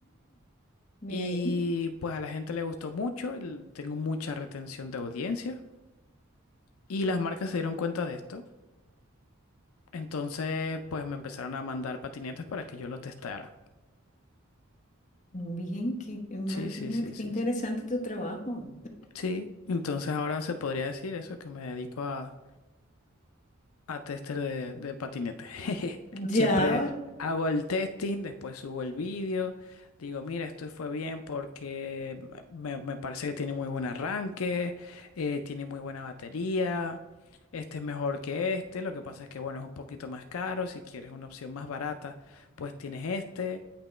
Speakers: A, on the left (about 35°); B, on the left (about 80°).
A: bien.
B: Y pues a la gente le gustó mucho, el- tengo mucha retención de audiencia y las marcas se dieron cuenta de esto. Entonces, pues me empezaron a mandar patinetes para que yo los testara.
A: Bien, que, imagínate
B: Sí, sí, sí,
A: qué
B: sí,
A: interesante
B: sí.
A: tu trabajo.
B: Sí, entonces ahora se podría decir eso, que me dedico a, a tester de, de patinete. <laughs>
A: Ya,
B: Siempre hago el testing, después subo el vídeo, digo, mira, esto fue bien porque me, me parece que tiene muy buen arranque, eh, tiene muy buena batería, este es mejor que este, lo que pasa es que, bueno, es un poquito más caro, si quieres una opción más barata, pues tienes este.